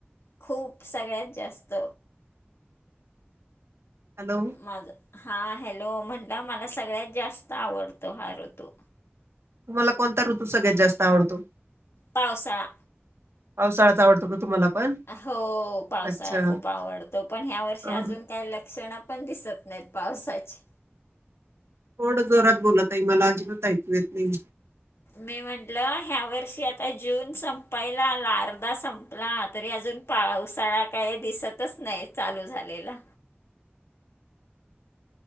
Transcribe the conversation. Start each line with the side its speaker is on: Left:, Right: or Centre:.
Left: खूप सगळ्यात जास्त
Right: हॅलो
Left: माझं हा हॅलो म्हणला मला सगळ्यात जास्त आवडतो हा ऋतू
Right: तुम्हाला कोणता ऋतू सगळ्यात जास्त आवडतो
Left: पावसाळा
Right: पावसाळाच आवडतो का तुम्हाला पण?
Left: हो पावसाळा
Right: अच्छा
Left: खूप आवडतो पण ह्या वर्षी
Right: हा
Left: अजून काही लक्षण पण दिसत नाहीत पावसाचे
Right: थोड जोरात बोला ताई मला अजिबात ऐकू येत नाही
Left: मी म्हटलं ह्या वर्षी आता जून संपायला आला अर्धा संपला तरी अजून पावसाळा काही दिसतच नाही चालू झालेला